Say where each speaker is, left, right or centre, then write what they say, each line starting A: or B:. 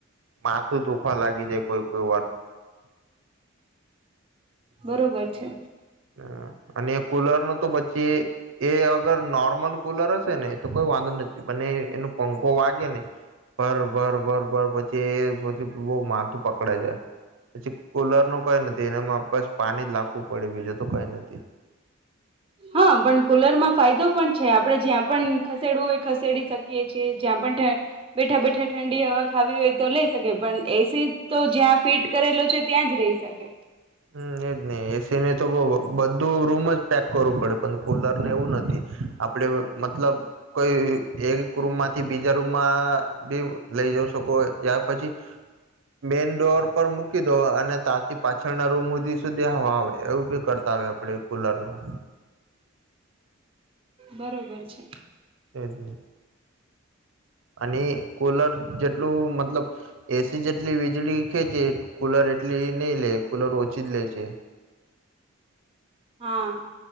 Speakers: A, on the right (about 70°); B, on the right (about 25°).
A: માથું દુખવા લાગી જાય કોઈ કોઈ વાર.
B: બરોબર છે.
A: હ અને એ કુલર નો તો પછી એ અગર નોર્મલ કુલર હશે ને તો કોઈ વાંધો નથી અને એનો પંખો વાગે ને. બ ભર બર ભર પછી એ પછી બહ માથું પકડાય જાય. પછી કુલર નું કઈ નથી એનામાં બસ પાણી જ લાખવું પડ્યું બીજું તો કઈ નથી
B: હા, પણ કુલરમાં ફાયદો પણ છે, આપણે જ્યાં પણ ખસેડવું હોય ખસેડી શકીએ છીએ, જ્યાં પણ બેઠા, બેઠા, ઠંડી હવા ખાવી હોય તો લઈ શકીએ પણ એસી તો જ્યાં ફીટ કરેલોછે, ત્યાં જ રહી શકે
A: હમ એજ ને, એસી ને તો બધું રૂમ જ પેક કરવું પડે પણ કુલર ને એવું નથી આપણે મતલબ કોઈ એક રૂમમાંથી બીજા રૂમમાં બી લઈ જઉ શકો ત્યાર પછી, મેન ડોર પર મૂકી દો અને તાથી પાછી થનારું મોદી સુધી <unintelligible> હ આવી આવ એવું બી કરતા આવે આપડે કુલર નું
B: બરોબર છે
A: એ જ ને અને કૂલર જેટલું મતલબ એસી જેટલી વીજળી ખેંચે કૂલર એટલી નહી લે કૂલર ઓછી જ લે છે
B: હા